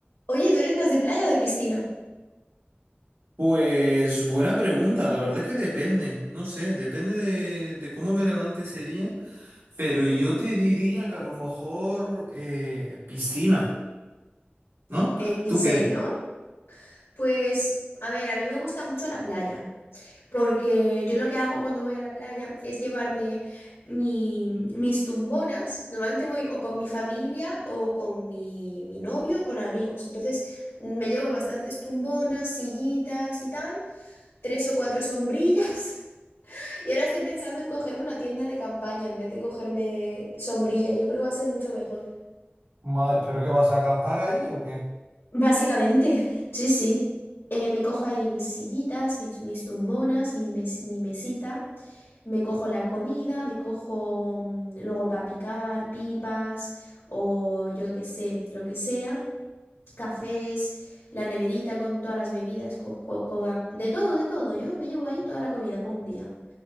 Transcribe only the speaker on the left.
Oye, ¿tú eres más de playa o de piscina?
¿En
serio?
Pues, a ver, a mí me gusta mucho la playa, porque yo lo que hago cuando voy a la playa es llevarme mi- mis tumbonas. Normalmente voy o con mi familia o con mi, mi novio o con amigos. Entonces, me llevo bastantes tumbonas, sillitas y tal, tres o cuatro sombrillas. <laughs> Y ahora estoy pensando en cogerme una tienda de campaña en vez de cogerme sombrilla. Yo creo que va a ser mucho mejor.
Básicamente, sí, sí. Eh, me cojo ahí mis sillitas, mis, mis tumbonas, mi, mes- mi mesita, me cojo la comida, me cojo mm, luego para picar, pipas o yo qué sé, lo que sea, cafés, la neverita con todas las bebidas, co- co- coca- de todo, de todo. Yo me llevo ahí toda la comida para un día.